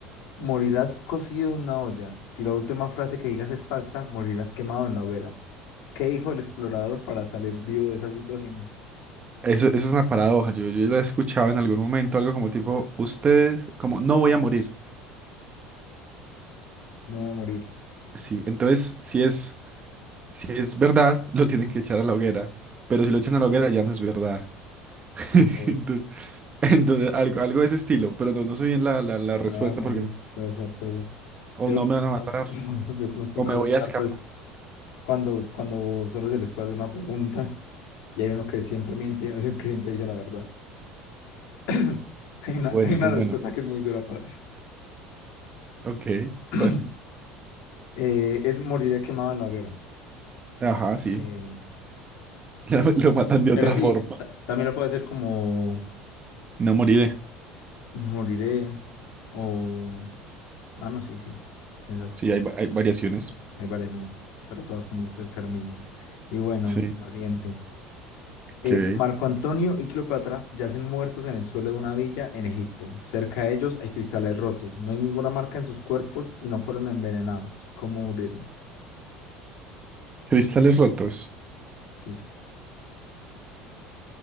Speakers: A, on the left; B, on the right.
A: morirás cocido en una olla. Si la última frase que digas es falsa, morirás quemado en la hoguera. ¿Qué dijo el explorador para salir vivo de esa situación?
B: Eso, eso es una paradoja. Yo, yo la he escuchado en algún momento, algo como tipo, ustedes, como, no voy a morir.
A: No va a morir.
B: Sí, entonces, si es, si es verdad, lo tienen que echar a la hoguera. Pero si lo echan a la hoguera, ya no es verdad. <laughs>
A: Ok,
B: <laughs> Entonces, algo, algo de ese estilo, pero no, no sé bien la, la, la
A: me
B: respuesta
A: va a morir,
B: porque no-
A: puede ser, puede ser.
B: o
A: Yo,
B: no me
A: yo
B: van a matar
A: conozco, <laughs> bueno, yo conozco
B: o
A: un caso
B: me voy
A: similar,
B: a escapar.
A: pero es cuando, cuando solo se les puede hacer una pregunta y hay uno que siempre miente, y uno que siempre dice la verdad. <clears throat> Hay una,
B: Bueno,
A: hay
B: ese
A: una
B: es
A: respuesta
B: bueno.
A: que es muy dura para eso.
B: Ok,
A: <clears throat>
B: bueno,
A: Eh, es moriré quemado en la hoguera.
B: ajá, sí.
A: Eh,
B: <laughs> Ya Lo matan de
A: pero
B: otra
A: sí,
B: forma.
A: ta- también lo puede hacer como
B: No moriré.
A: no moriré o... Ah, no, sí, sí. Esas,
B: Sí, hay, va- hay variaciones.
A: hay variaciones, pero todas como cerca de lo mismo. Y bueno,
B: Sí,
A: la siguiente. Eh,
B: ok.
A: Marco Antonio y Cleopatra yacen muertos en el suelo de una villa en Egipto. Cerca de ellos hay cristales rotos. No hay ninguna marca en sus cuerpos y no fueron envenenados. ¿Cómo murieron?
B: Cristales rotos.
A: Sí. sí, sí.